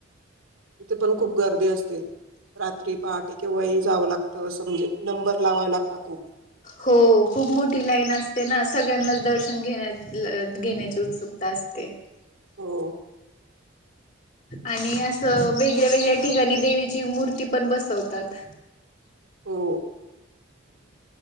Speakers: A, on the right; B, on the left.
A: तथे पण खूप गर्दी असते रात्री पहाटे किंवाही जावं लागत असं म्हणजे नंबर लावावे लागत खूप
B: हो खूप मोठी लाईन असते ना सगळ्यांनाच दर्शन घेण्या घेण्याची उत्सुकता असते
A: हो
B: आणि असं वेगळ्या वेगळ्या ठिकाणी देवीची मूर्ती पण बसवतात
A: हो